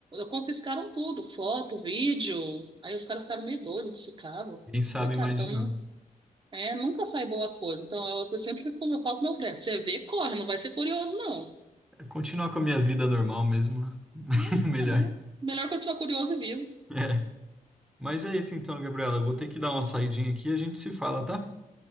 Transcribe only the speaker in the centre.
quem sabe
imaginar.
É, Continuar com a minha vida normal mesmo, né? <laughs>
Melhor.
É. Mas é isso então, Gabriela. Eu vou ter que dar uma saidinha aqui e a gente se fala, tá?